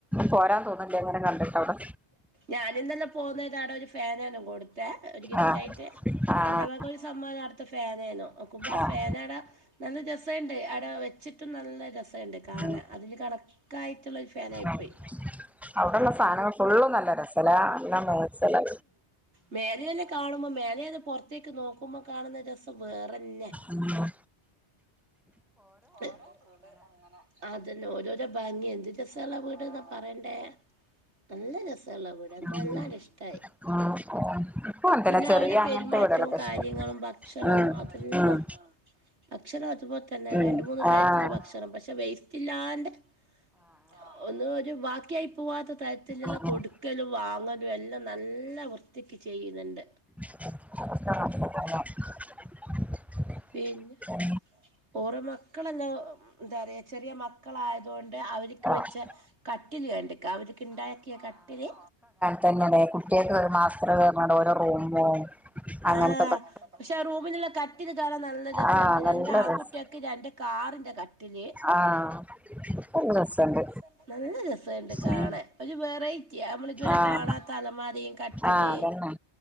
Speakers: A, in the centre; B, on the right (about 75°).
A: പോരാൻ തോന്നുന്നില്ല ഇങ്ങനെ കണ്ടിട്ട് അവടെ
B: ഞാനിന്നെല്ലാം പോന്നേരം ഒരു ഫാനേനു കൊടുത്തേ ഒരു ഗിഫ്റ്റായിട്ട്
A: ആഹ് ആഹ്
B: എന്റെ വക ഒരു സമ്മാനം ആടത്തെ ഫാൻ ആനു നോക്കുമ്പ ആ
A: ആഹ്
B: ഫാനാടെ നല്ല രസ ണ്ട് ആടെ വെച്ചിട്ടും നല്ല രസണ്ട് കാണാൻ
A: ഉം
B: അതിന് കണക്കായിറ്റ്ള്ള ഒരു ഫാനായിപ്പോയി
A: ആഹ് അവിടെള്ള സാധനങ്ങൾ ഫുള്ളും നല്ല രസാലേ നല്ല മേച്ച്ലെ
B: മേലെന്നെന്ന് കാണുമ്പോ മേലേന്ന് പൊറത്തേക്ക് നോക്കുമ്പോ കാണ്ന്ന രസം വേറെന്നെ
A: ഉം
B: ഓരോ വീട് അങ്ങനെ അതന്നെ ഓരോരോ ഭംഗി എന്ത് രസള്ള ആഹ് വീട്ന്നാ പറയണ്ടേ നല്ല രസള്ള വീട് എൻക്ക്
A: ഉം
B: വല്ലാണ്ട്ഷ്ട്ടായി
A: ഉം ഇക്കും അങ്ങൻതന്നെ
B: പിന്നെ
A: ചെറിയ
B: അവരെ പെരുമാറ്റ്
A: അങ്ങനത്തെ വീടുകളൊക്കെ
B: റ്റോം കാര്യങ്ങളും
A: ഇഷ്ടം
B: ഭക്ഷണോം
A: ആഹ്
B: അതെല്ലം
A: ആഹ്
B: ഭക്ഷണം അതുപോൽ തന്നെ
A: ഏഹ്
B: രണ്ട് മൂന്ന് തരത്തില്
A: ആഹ്
B: ഭക്ഷണം പക്ഷെ വേസ്റ്റ് ഇല്ലാണ്ടെ ആഹ് ഒന്നു ഒരു ബാക്കിയായി പൂവാത്ത തരത്തിലില്ലെ
A: ആഹ് അതന്നെ
B: കൊട്
A: ആഹ്
B: ക്കലും വാങ്ങലും എല്ലം നല്ല വൃത്തിക്ക് ചെയ്യുന്നുണ്ട്
A: <inaudible>
B: പിന്നാ
A: ഉം
B: ഓറെ മക്കളെല്ലാം ന്താറയാ ചെറിയ മക്കളായതോണ്ട് അവര്ക്ക്
A: ആഹ്
B: വെച്ച കട്ടില് കണ്ട്ക്കാ അവര്ക്ക്ണ്ടാക്കിയ കട്ടില്
A: തെന്നെലെ കുട്ട്യേക്ക് ഒര് <unintelligible> ഓരോ റൂമും അങ്ങൻതൊക്കെ
B: ആഹ് പക്ഷെ ആ റൂമിലുള്ള കട്ടില്കാണാൻ നല്ല രസണ്ട്
A: ആഹ് നല്ല
B: രണ്ടാ
A: രസ
B: കുട്ട്യാക്ക് രണ്ട് കാറിന്റെ കട്ടില്
A: ആഹ് നല്ല രസണ്ട്
B: രസണ്ട് നല്ല രസണ്ട് കാണാൻ
A: ഉം
B: ഒരു വെറൈറ്റിയാ അമ്മളിതുവരെ
A: ആഹ്
B: കാണാത്ത അലമാരിം കട്ടില്
A: ആഹ് അതന്നെ